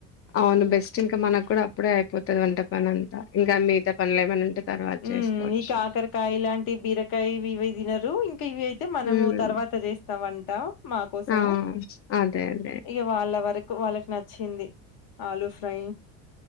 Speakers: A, on the left; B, on the left.
A: అవును బెస్ట్ ఇంకా మనకు కూడా అప్పుడే అయిపోతుంది వంట పని అంతా ఇంకా మిగతా పనులే ఏమనింటే తర్వాత
B: ఉ
A: చేసుకోవచ్చు
B: ఈ కాకరకాయ లాంటి బీరకాయ ఇవి తిన్నారు ఇంకా ఇవి అయితే మనము
A: ఉమ్
B: తర్వాత చేస్తామంటా మా కోసము
A: ఆ అదే అదే
B: ఇక వాళ్ళ వరకు వాళ్ళకి నచ్చింది ఆలూ ఫ్రై